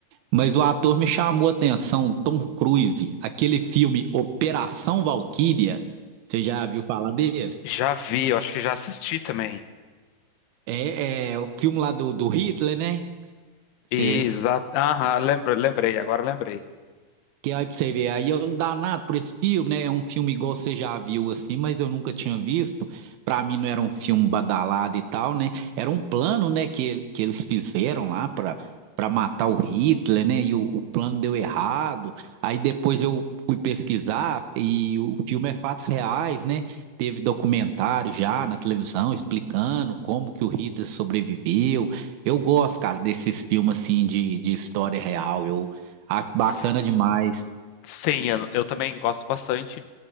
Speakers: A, on the right; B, on the left.
A: Mas o ator me chamou a atenção, Tom Cruise, aquele filme Operação Valquíria, você já viu falar dele?
B: Já vi, eu acho que já assisti também.
A: É, é o filme lá do, do Hitler, né?
B: Exato.
A: Você
B: Aham, lembra- lembrei, agora lembrei.
A: Que aí pra você ver, aí eu não dá nada por esse filme, né? É um filme igual você já viu assim, mas eu nunca tinha visto. Pra mim não era um filme badalado e tal, né? Era um plano, né, que, ele- que eles fizeram lá pra, pra matar o Hitler, né? E o, o plano deu errado. Aí depois eu fui pesquisar e o filme é fatos reais, né? Teve documentário já na televisão explicando como que o Hitler sobreviveu. Eu gosto, cara, desses filmes assim de, de história real. Eu acho bacana
B: S-
A: demais.
B: Sim, eu, eu também gosto bastante.